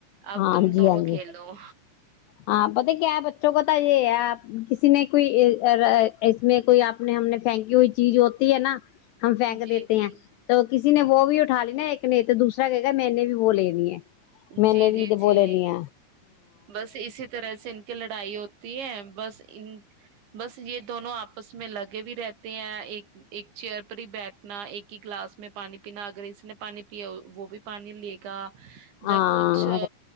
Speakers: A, on the right; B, on the left.
A: ابدم
B: ہاں جی
A: دونوں
B: ہاں
A: کھیلو
B: جی ہاں پت کیا بچوں کا تھا یہ ہےپ کسی نے کوئی اس میں کوئی آپ نے ہم نے پھینکی ہوئی چیز ہوتی ہے نا ہم پھینک
A: جی
B: دیتے
A: جی
B: ہیں تو کسی نے وہ بھی اٹھا لی نا ایک نے تو دوسرا کہ گا میر نے بھی وہ لینی ہے میں
A: جی
B: نے
A: جی
B: بھی تو
A: جی
B: بول لیا
A: بس اسی طرح سے ان کی لڑائی ہو بس ان بس یہ دونوں آپس میں لگے بھی رہتے ہیں ایک ایک چیئر پر ہی بیٹھنا ایک ہی گلاس میں پانی پینا اگر اس نے پانی پیا وہ بھی پانی لے گا ج
B: ہاں
A: کچھ